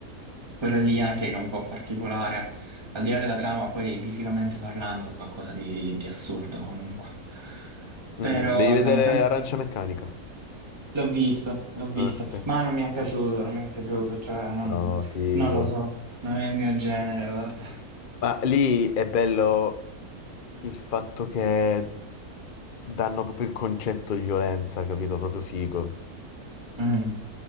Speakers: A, on the right; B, on the left.
A: Quella lì anche che è un po' particolare, al di là della trama, poi visivamente parlando, qualcosa di, di assurdo comunque. Però
B: Mm, mm. Devi vedere
A: sono sempre...
B: Arancia Meccanica.
A: L'ho visto, l'ho visto,
B: Ah, ok.
A: ma non mi è piaciuto, non mi è piaciuto, cioè non,
B: No, figo.
A: non lo so, non è il mio genere, guarda.
B: Ma lì è bello il fatto che danno proprio il concetto di violenza, capito? Proprio figo.
A: Mm.